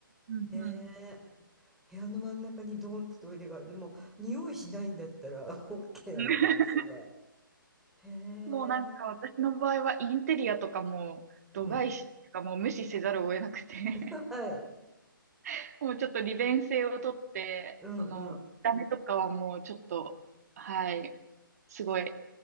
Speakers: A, on the right; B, in the centre.
A: うんうん。
B: ねえ、部屋の真ん中にドーンってトイレがある。でも、匂いしないんだったら <laughs> OK なのかな、
A: <laughs>
B: それ。へえ。
A: もうなんか私の場合はインテリアとかも度外視とかもう無視せざるを得なくて
B: うん。<laughs> はい。
A: <laughs> もうちょっと利便性をとって、
B: うんうん。
A: その、ダメとかはもうちょっと、はい、すごい